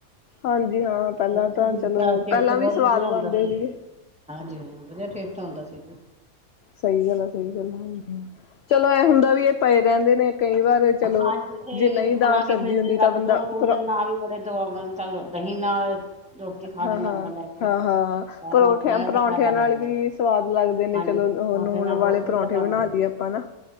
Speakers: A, on the left; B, in the centre.
A: ਹਾਂਜੀ ਹਾਂ ਪਹਿਲਾਂ
B: ਪੈਲਾਂ ਚੀਜ਼
A: ਤਾਂ ਚਲੋ
B: ਦਾ ਟੇਸਟ
A: ਪਹਿਲਾਂ
B: ਬਹੁਤ
A: ਵੀ ਸਵਾਦ
B: ਵਧੀਆ ਹੁੰਦਾ
A: ਬਣਦੇ
B: ਸੀ।
A: ਸੀਗੇ।
B: ਹਾਂਜੀ ਹਾਂ ਵਧੀਆ ਟੇਸਟ ਆਉਂਦਾ ਸੀ ਜੀ।
A: ਸਈ ਗੱਲ ਆ ਸਈ ਗੱਲ ਆ ਹਾਂਜੀ, ਚਲੋ ਐ ਹੁੰਦਾ ਵੀ ਏ ਪਏ ਰੈਂਦੇ ਨੇ ਕਈ ਵਾਰ। ਚਲੋ
B: ਹਾਂਜੀ ਏ
A: ਜੇ ਨਹੀਂ
B: ਬਨਾ
A: ਦਾਲ ਸਬਜ਼ੀ
B: ਕੇ ਫਰਿੱਜ 'ਚ
A: ਹੁੰਦੀ ਤਾਂ
B: ਰੱਖ
A: ਬੰਦਾ
B: ਦੋ, ਦੋ
A: ਪਰ
B: ਦਿਨ ਨਾ ਵੀ ਵੜੇ ਤੋ <unintelligible> ਨੂੰ ਤਲ ਲੋ ਦਹੀਂ ਨਾਲ ਰੋਟੀ ਖਾ
A: ਹਾਂ-
B: ਲੈਂਦਾ
A: ਹਾਂ
B: ਬੰਦਾ ਲੈ ਕੇ
A: ਹਾਂ- ਹਾਂ
B: ਚਾਹ
A: ਪਰੌਂਠਿਆਂ
B: ਨਾਲ ਬਣਾਇਆ
A: -ਪਰੌਂਠਿਆਂ
B: ਤਾਂ ਫਾਇਦਾ
A: ਨਾਲ
B: ਹੋ ਜਾਂਦਾ
A: ਵੀ
B: ਹੈ
A: ਸਵਾਦ ਲੱਗਦੇ ਨੇ
B: ਹਾਂਜੀ
A: ਚਲੋ ਓ
B: ਪਰੌਂਠੇ
A: ਨੂਣ
B: ਨਾਲ
A: ਵਾਲੇ
B: ਬਹੁਤ ਵਧੀਆ
A: ਪਰੌਂਠੇ
B: ਬਣਦੇ
A: ਬਣਾ ਲੀਏ ਆਪਾਂ ਨਾ।